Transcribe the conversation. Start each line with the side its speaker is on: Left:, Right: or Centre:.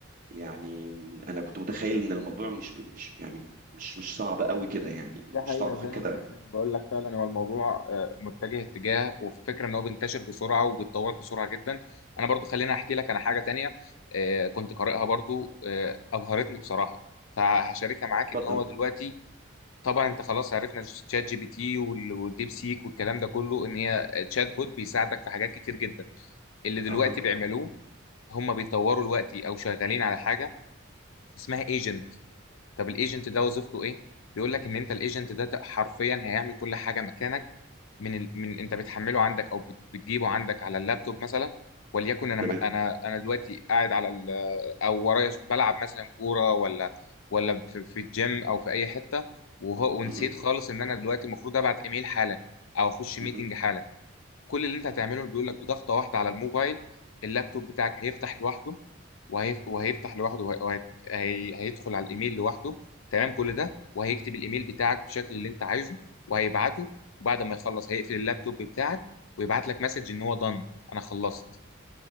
Right: يعني انا كنت متخيل ان الموضوع مش مش يعني مش مش صعب قوي كده يعني مش
Left: ده حقيقة
Right: صعب
Left: زي ما
Right: كده
Left: زي ما بقول لك فعلا هو الموضوع آه، متجه اتجاه وفي فكرة ان هو بينتشر بسرعة وبيتطور بسرعة جدا انا برضو خليني احكي لك انا حاجة تانية آه، كنت قارئها برضو آه، ابهرتني بصراحة فهشاركها معاك ان
Right: اتفضل
Left: هو دلوقتي طبعا انت خلاص عرفنا تشات جي بي تي وال- والديب سيك والكلام ده كله ان هي تشات بوت بيساعدك في حاجات كتير جدا اللي دلوقتي
Right: اه اه
Left: بيعملوه هم بيطوروا دلوقتي او شغالين على حاجة اسمها ايجنت طب الايجنت ده وظيفته ايه بيقول لك ان انت الايجنت ده ت- حرفيا هيعمل كل حاجه مكانك من ال... من انت بتحمله عندك او بت- بتجيبه عندك على اللابتوب مثلا وليكن انا
Right: تمام
Left: انا انا دلوقتي قاعد على ال... او ورايا ش- بلعب مثلا كوره ولا ولا في, في الجيم او في اي حته وهو ونسيت
Right: م- م-
Left: خالص ان انا دلوقتي المفروض ابعت ايميل حالا او اخش
Right: م-
Left: ميتنج
Right: م.
Left: حالا كل اللي انت هتعمله بيقول لك بضغطه واحده على الموبايل اللابتوب بتاعك هيفتح لوحده وهيف... وهيفتح لوحده وهي... وهي... هي- هيدخل على الايميل لوحده تمام كل ده وهيكتب الايميل بتاعك بالشكل اللي انت عايزه وهيبعته وبعد ما يخلص هيقفل اللابتوب بتاعك ويبعت لك مسج ان هو done انا خلصت